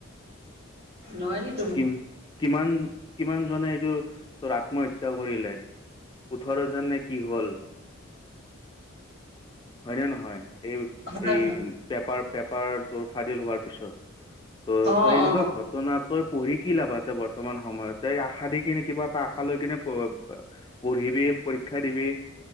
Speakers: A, on the right; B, on the left.
A: নোৱাৰি।
B: কিম কিমান কিমান জনে এইটো তোৰ আত্মহত্যা কৰিলে? ওঠৰজন নে কি হল হয়নে নহয়? এই
A: হয়
B: এই
A: হয়
B: পেপাৰ পেপাৰটোৰ ফাদিল হোৱাৰ পিছত। ত
A: অ
B: তই এনেকুৱা
A: অ
B: ঘটনা তই পঢ়ি কি লাভ আছে বৰ্তমান সময়ত। তয় আশা দি কিনে কিবা এটা আশা লৈ কিনে পঢ়িবি পৰীক্ষা দিবি-